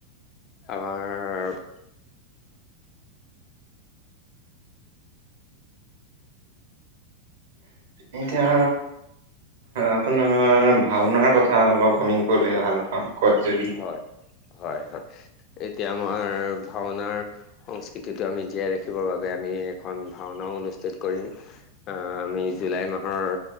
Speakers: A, on the left; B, on the right.
A: আমাৰ
B: এতিয়া আপোনাৰ ভাওনাৰ কথা অলপ আমি কলে ভাল পাম। কয় যদি
A: হয় হয় হয় এতিয়া আমাৰ ভাওনাৰ সংস্কৃতিটো আমি জীয়াই ৰাখিবৰ বাবে আমি এখন ভাওনাও অনুষ্ঠিত কৰিম। আ আমি জুলাই মাহৰ